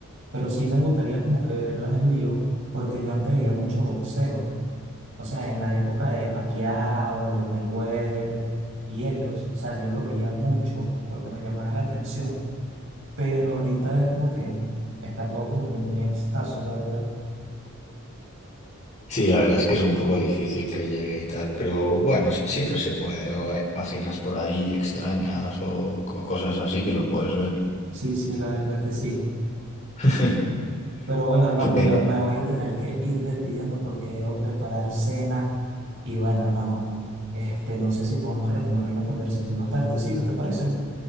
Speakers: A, on the right; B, on the left.
A: Pero sí me gustaría como que verlas en vivo porque yo antes veía mucho boxeo. O sea, en la época de Paquiao, de Mayweather y ellos, o sea, yo lo veía mucho porque me llamaba la atención, pero ahorita es como que está todo como que muy escaso, la verdad.
B: Sí, la verdad es que es un poco difícil que llegue y tal, pero bueno, sí- siempre se puede, o hay páginas por ahí extrañas o, co- cosas así que lo puedes ver.
A: Sí, sí, la verdad que sí.
B: <laughs>
A: Pero bueno, hermano,
B: Pues
A: mira, me voy a tener que ir despidiendo porque debo preparar cena. Y bueno, hermano, este, no sé si podamos retomar la conversación más tardecita, ¿te parece?